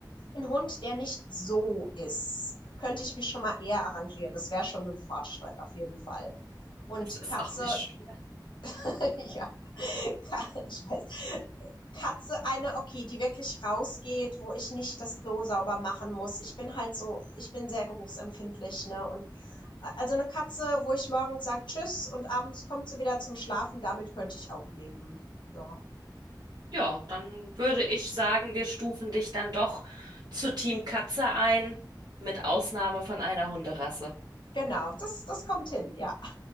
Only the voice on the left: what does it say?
ein Hund, der nicht so ist, könnte ich mich schon mal eher arrangieren. Das wäre schon ein Fortschritt, auf jeden Fall. Und
Katze,
<laughs> Ja, Ka- ich weiß. Katze eine, okay, die wirklich rausgeht, wo ich nicht das Klo sauber machen muss. Ich bin halt so, ich bin sehr geruchsempfindlich, ne? Und äh, also eine Katze, wo ich morgens sag Tschüss und abends kommt sie wieder zum Schlafen, damit könnte ich auch leben. Ja.
Genau, das, das kommt hin, ja. <laughs>